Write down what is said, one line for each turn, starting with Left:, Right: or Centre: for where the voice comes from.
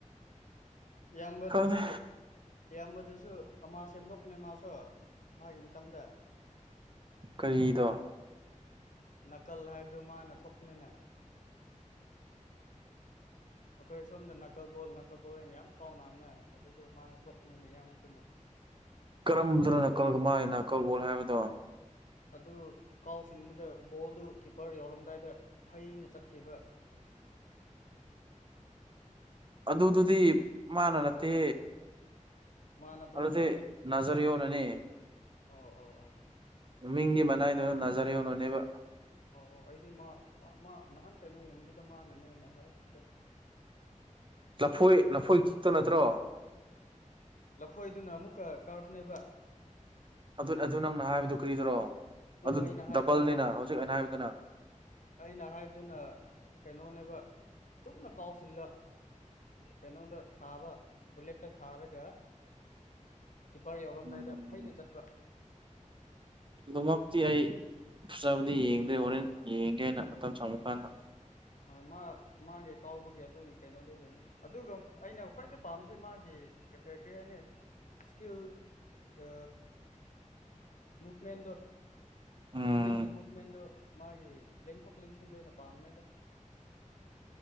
Left: ꯏꯌꯥꯝꯕꯗꯨꯁꯨ
Right: ꯈꯪꯗꯦ
Left: ꯏꯌꯥꯝꯕꯗꯨꯁꯨ ꯑꯗꯨꯨ ꯑꯃ ꯁꯦꯝꯗꯣꯛꯄꯅꯦ ꯃꯥꯁꯨ ꯃꯥꯒꯤ ꯃꯇꯝꯗ
Right: ꯀꯔꯤꯗ
Left: ꯅꯥꯀꯜ ꯍꯥꯏꯕꯗꯨ ꯃꯥꯅ ꯊꯣꯛꯄꯅꯤꯅꯦ ꯑꯩꯈꯣꯏ ꯁꯣꯝꯗ ꯅꯥꯀꯜ ꯕꯣꯜ ꯅꯥꯀꯜꯕꯣꯜꯅ ꯌꯥꯝ ꯀꯥꯎꯅꯝꯅꯦ ꯑꯗꯨꯗꯣ ꯃꯥꯅ ꯊꯣꯛꯄꯅꯤꯅꯦ ꯏꯌꯥꯝꯕꯗꯨꯅ
Right: ꯀꯔꯝꯗꯅꯣ ꯅꯥꯀꯜꯒ ꯃꯥꯥꯏꯒꯤ ꯅꯥꯀꯜꯕꯣꯜ ꯍꯥꯏꯕꯗꯣ
Left: ꯑꯗꯨ ꯀꯥꯎꯁꯤꯟꯕꯗꯨ ꯕꯣꯜꯗꯨ ꯀꯤꯞꯄꯔ ꯌꯥꯎꯔꯝꯗꯥꯏꯗ ꯐꯩꯅ ꯆꯠꯈꯤꯕ
Right: <inaudible> ꯑꯗꯨꯗꯨꯗꯤ ꯃꯥꯅ ꯅꯠꯇꯦ
Left: ꯃꯥ ꯅꯠꯇ꯭ꯔꯣꯅꯦ
Right: ꯑꯗꯨꯗꯤ ꯅꯖꯔꯤꯌꯣ ꯅꯅꯦ
Left: ꯑꯣ ꯑꯣ ꯑꯣ
Right: ꯃꯃꯤꯡꯒꯤ ꯃꯅꯥꯏꯗꯨꯗ ꯅꯥꯖꯔ ꯌꯣꯅꯨꯅꯦꯕ
Left: ꯑꯣ ꯑꯣ ꯑꯩꯗꯤ ꯃꯥ ꯃꯥ ꯃꯥ ꯅꯍꯥꯟ ꯀꯩꯅꯣ ꯌꯦꯡꯗꯨꯗ ꯃꯥꯅꯅꯦ ꯅꯍꯥꯏꯔꯛꯇꯨꯗ
Right: ꯂꯐꯣꯏ ꯂꯐꯣꯏ ꯀꯤꯛꯇꯣ ꯅꯠꯇ꯭ꯔꯣ
Left: ꯂꯐꯣꯏꯗꯨꯅ ꯑꯃꯨꯛꯀ ꯀꯥꯔꯐꯅꯦꯕ
Right: ꯑꯗꯨ ꯑꯗꯨ ꯅꯪꯅ ꯍꯥꯏꯕꯗꯨ ꯀ꯭ꯔꯤꯗꯨꯔꯣ ꯑꯗꯨ
Left: ꯑꯩꯅ ꯍꯥꯏꯕꯗꯨꯅ
Right: ꯗꯕꯜꯅꯤꯅ ꯍꯧꯖꯤꯛ ꯑꯩꯅ ꯍꯥꯏꯕꯗꯨꯅ
Left: ꯑꯩꯅ ꯍꯥꯏꯕꯗꯨꯅ ꯀꯩꯅꯣꯅꯦꯕ ꯆꯨꯝꯅ ꯀꯥꯎꯁꯤꯜꯂ ꯀꯩꯅꯣꯗ ꯊꯥꯕ ꯕꯨꯂꯦꯠꯇ ꯊꯥꯔꯒ
Right: <inaudible>
Left: ꯀꯤꯞꯄꯔ ꯌꯥꯎꯔꯝꯗꯥꯏꯗ
Right: ꯎꯝ
Left: ꯐꯩꯅ ꯆꯠꯄ
Right: ꯑꯗꯨꯃꯛꯇꯤ ꯑꯩ ꯐꯖꯕꯗꯤ ꯌꯦꯡꯗꯦ ꯍꯣꯔꯦꯟ ꯌꯦꯡꯒꯦꯅ
Left: ꯎꯝ
Right: ꯃꯇꯝ ꯁꯪꯉ ꯀꯥꯟꯗ
Left: ꯍꯣꯏ ꯃꯥ ꯃꯥꯒꯤ ꯀꯥꯎꯕꯒꯤ ꯑꯗꯨꯒꯤ ꯀꯩꯅꯣꯗꯨ ꯍꯡꯉꯣ ꯑꯗꯨꯒ ꯑꯩꯅ ꯈ꯭ꯋꯥꯏꯗꯩ ꯄꯥꯝꯕꯁꯤ ꯃꯥꯒꯤ ꯀꯩ ꯍꯥꯏꯅꯤ ꯏꯁ꯭ꯀꯤꯜ ꯑ ꯃꯨꯚꯃꯦꯟꯗꯣ
Right: ꯎꯝ
Left: ꯗ꯭ꯔꯤꯕꯂꯤꯡꯒꯤ ꯃꯨꯚꯃꯦꯟꯗꯣ ꯃꯥꯒꯤ ꯂꯦꯡꯊꯣꯛ ꯂꯦꯡꯁꯤꯟꯗ ꯑꯣꯏꯅ ꯄꯥꯝꯅꯦꯗ